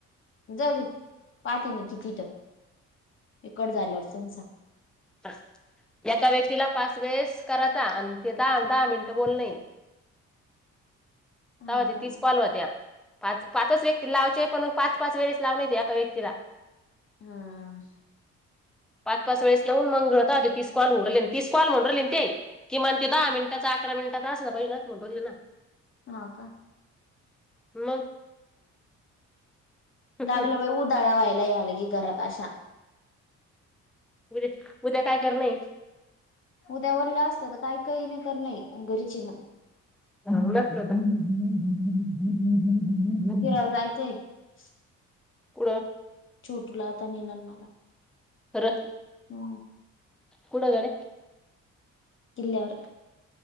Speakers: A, on the left; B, in the centre.
A: जाऊ दे पाहते मी किती इकड झाल्यावर तुमचा
B: ह एका व्यक्तीला पाच वेळेस करायचा आणि ते दहा दहा मिनटं बोल नाही
A: हा
B: त ते
A: का
B: तस पावाल अ त्या्या पाच पाच व्यक्ती लावचे पणग पाच पाच वेळेस लावून येते एका व्यक्तीला
A: हम्म
B: पाच पाच वेळेस लावून मंगळ होता तिसकवालऊर तिस कवाल म्हणूनहिली ते किमान ते दहा मिनटाचां आक्रम मिनट का अस पाहि नाणो ना
A: ह का
B: म
A: ् लागलं
B: मग
A: बाई उ दळ्यावायला ला आलंगी घरात आशा
B: उद्या उद्या काय कर नाही
A: उद्या ओल्लं असत तर काही काही नाही कर नाही घरीचे मग
B: <unintelligible>
A: फिरायला <unintelligible>
B: कडं
A: छोटूला आता मेलान मला
B: र
A: हम्म
B: कुडगडे
A: इल्यावर